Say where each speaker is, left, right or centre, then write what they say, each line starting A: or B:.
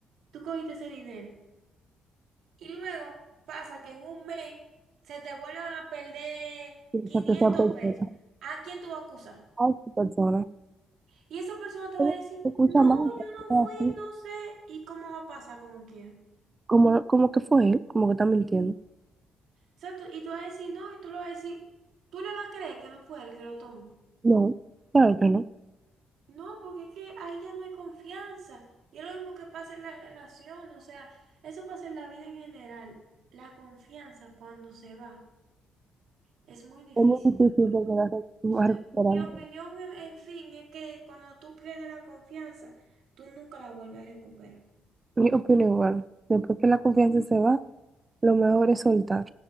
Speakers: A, on the right; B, on the right.
A: tú cogiste ese dinero. Y luego pasa que en un mes se te vuelvan a perder
B: O
A: 500
B: que esa persona,
A: pesos. ¿A quién tú vas a acusar?
B: a esa persona,
A: Y esa persona te
B: pero
A: va a decir,
B: se escucha
A: no,
B: mal,
A: yo
B: es
A: no
B: así,
A: fui, no sé, y cómo va a pasar como quiera.
B: como, como que fue él, como que está mintiendo.
A: O sea, tú- y tú vas a decir no, y tú lo vas a decir, tú le vas a creer que no fue él que lo tomó.
B: No, claro que no.
A: No, porque es que ahí ya no hay confianza. Y es lo mismo que pasa en la relación, o sea, eso pasa en la vida en general. La confianza cuando se va es muy difícil
B: Es muy difícil
A: que vuelva.
B: de llegar a
A: Entonces,
B: recuperarlo.
A: mi opinión, en en fin, es que cuando tú pierdes la confianza, tú nunca la vuelves a recuperar.
B: Yo opino igual. Después que la confianza se va, lo mejor es soltar.